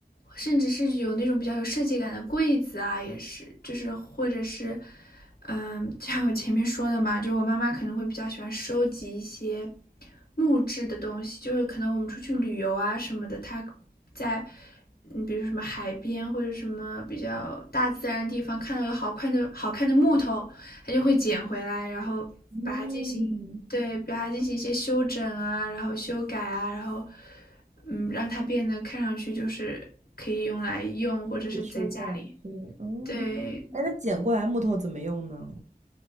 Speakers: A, on the left; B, on the right.
A: 甚至是有那种比较有设计感的柜子啊，也是，就是或者是，嗯，就像我前面说的嘛，就我妈妈可能会比较喜欢收集一些木质的东西，就是可能我们出去旅游啊什么的，她在，嗯，比如说什么海边或者什么比较大自然的地方看到有好看的好看的木头，她就会捡回来，然后把它进行对，
B: 嗯，
A: 把它进行一些修整啊，然后修改啊，然后，嗯，让它变得看上去就是可以用来用，或者是在家里。
B: 艺术下去哦。
A: 对，
B: 哎，那捡过来木头怎么用呢？